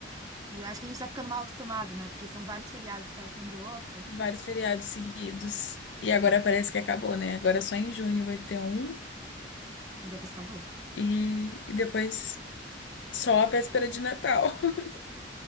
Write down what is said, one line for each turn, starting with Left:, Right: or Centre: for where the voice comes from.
Right: E eu acho que a gente tá ficando mal acostumado, né? Porque são vários feriados perto um do outro,
Left: <laughs> Vários feriados seguidos. E agora
Right: né?
Left: parece que acabou, né? Agora só em junho vai ter um
Right: E depois acabou.
Left: e, e depois só a véspera de Natal. <laughs>